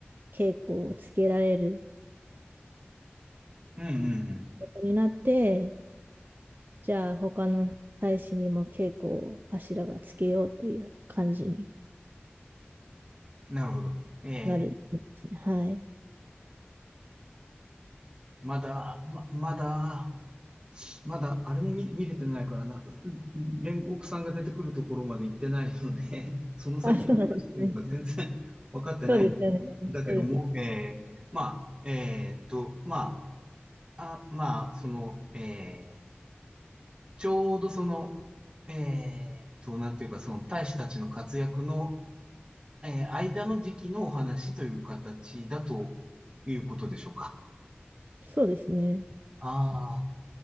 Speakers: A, on the right; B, on the right.
A: 稽古をつけられる
B: うんうんうん。
A: ことになって、じゃあ他の大使にも稽古を柱がつけようっていう感じに
B: なるほど。ええ、
A: なるんですね。はい。
B: まだ、ま、まだ、まだ、あれも見、見れてないからな、煉獄さんが出てくるところまで行ってないので、<laughs> その先の話というのが全然
A: あ、そうなんですね。
B: <laughs> 分かってないんだけど、
A: そうですよね。
B: だけども、
A: そうですよね。
B: ええ、まあ、えーっと、まあ、あ、まあ、その、ええ、ちょうどその、えーっと、なんていうか、その大使たちの活躍の、ええ、間の時期のお話という形だということでしょうか。
A: そうですね。
B: ああ、